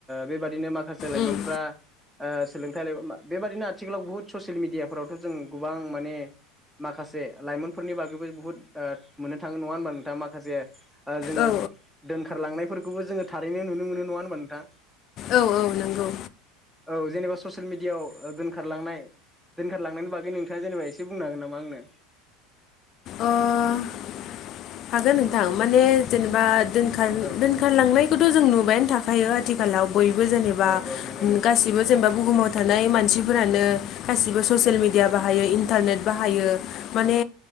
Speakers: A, in the centre; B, on the left (about 45°).
A: बेबादिनो माखास से लाइमोनफ्रा
B: उम
A: ओ सोलोंथाइ बेबादिनो आथिखालाव बुहुत ससियेल मिडियाफोरावथ' जों गोबां माने माखासे लाइमोनफोरनि बागैबो बुहुत ओ मोननो थाङो नङा होनबा नोंथां? माखासे ओ जोङो
B: औ
A: दोनखारलांनायफोरखौबो जोङो थारैनो नुनो मोनो नङा होनबा नोंथां?
B: औ औ नोंगौ।
A: औ जेनेबा ससियेल मिडियाआव दोनखारलांनाय दोनखारलांनायनि बागै नोंथाङा जेनबा एसे बुंनो हागोन नामा आंनो?
B: अ हागोन नोंथां माने जेनेबा दोनखारलांनायखौथ'
A: औ
B: जों नुबायानो थाखा यो आथिखालाव बयबो जेनबा
A: औ औ नंगौ नंगौ
B: गासिबो जेनेबा बुहुमाव थानाय मानसिफोरानो गासिबो ससियेल मिडिया बाहायो इन्टारनेट बाहायो। माने